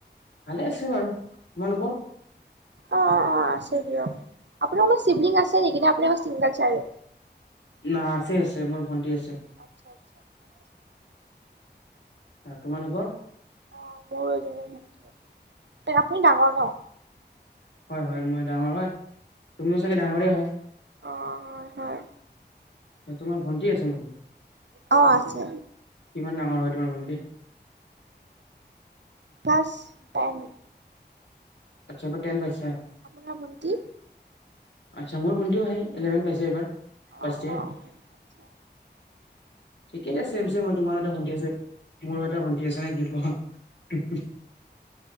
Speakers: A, on the left; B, on the right.
A: ভালে আছে বাৰু তোমালোকৰ?
B: অ অ আছে দিয়ক আপোনাৰ কোনোবা চিভলিং আছে নেকি নে আপোনাৰ অকল চিংগল চাইল্ড
A: না আছে আছে মোৰ ভণ্টি আছে।
B: আচ্ছা আচ্ছা। আচ্ছা আচ্ছা।
A: তোমালোকৰ
B: অ মোৰো এজনী ভণ্টি আছে আপুনি ডাঙৰ ন
A: হয়, হয় মই ডাঙৰ হয় তুমিও চাগে ডাঙৰে হয়।
B: অঁ হয় হয়।
A: তোমাৰ ভণ্টি আছে নেকি?
B: অ আছে
A: কিমান ডাঙৰ হয় তোমাৰ ভণ্টি।
B: Class ten.
A: আচ্ছা টেন পাইছে।
B: আপোনাৰ ভণ্টি?
A: আচ্ছা, মোৰ ভণ্টিও সেই ইলেভেন পাইছে এইবাৰ।
B: অ
A: ফাচট ইয়েৰৰ
B: অ আচ্ছা।
A: থিক আছে পিছে হয় তোমাৰো এটা ভণ্টি আছে মোৰো এটা ভণ্টি আছে নে কি ক াকচ <unintelligible>